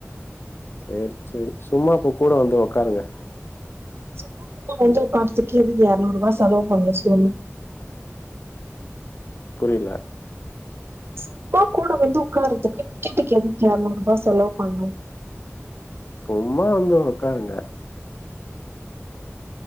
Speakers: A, on the left; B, on the right.
A: சேரி சேரி சும்மா இப்ப கூட வந்து உக்காருங்க
B: சும்மா கூட வந்து பாத்துக்கு எதுக்கு எர்நூற் ரூபா செலவு பண்ணும் சொல்லு
A: புரியல
B: சும்மா கூட வந்து உக்கார்றதுக்கு டிக்கெட்டுக்கு எதுக்கு எரநூறு ரூபா செலவு பண்ணும்
A: சும்மா வந்து உக்காருங்க